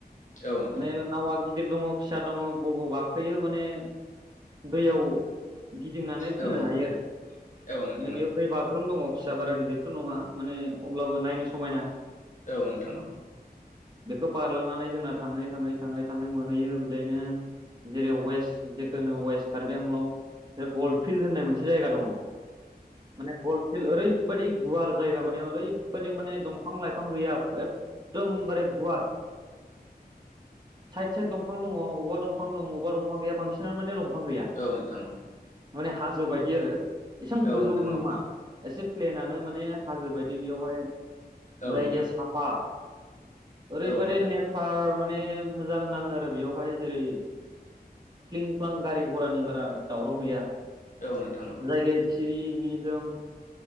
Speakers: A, on the left; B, on the right.
A: औ नोंथां
B: माने नावा गिदिर दङ फिसा दङ बबाव गाखोयो माने दैयाव गिदिंनानै फैनो
A: औ नोंथां औ नोंथां औ
B: हायो
A: नोंथां
B: आरो माने
A: औ नोंथां औ नोंथां
B: बेयाव दै बाज्रुम। दङ फिसा बारा गिदिरथ' नङा माने अब्लाबो नायनो समायना।
A: औ नोंथांनाव।
B: बेखौ बारलांनानै जोंना थाङै थाङै थाङै थाङै मोनहैयो बिदायनो जेरै वेस्ट जेखुनु वेस्ट कार्बि आंलं बे गल्फिल्ड होननाय मोनसे जायगा दङ। माने बलफिल ओरै। बायदि गुवार जायगा माने ओरैबायादि माने दंफां लाइफां गैया। एकदमबारे गुवार। से दंफां दङ अबा दंफांं दं अबा दंफां गैया बांसिनानो माने दं। दंफां गैया थारमाने
A: औ नोंथां औ
B: हाजो बायदि आरो एसेबां
A: औ
B: गोजौबो
A: नोंथां औ
B: नङा। एसे प्लेनानो माने हाजो बायदि बेयावहाय
A: औ
B: जायगाया
A: नोंथां
B: साफा। ओरैबाददि
A: औ नोंथां
B: नेचार माने मोजां नाङो आरो बेयावहाय जेरै। क्लिं फ्लां गारि घरानि बारा दावराव गैया
A: औ नोंथां औ
B: जायगाया सिरि। निजोम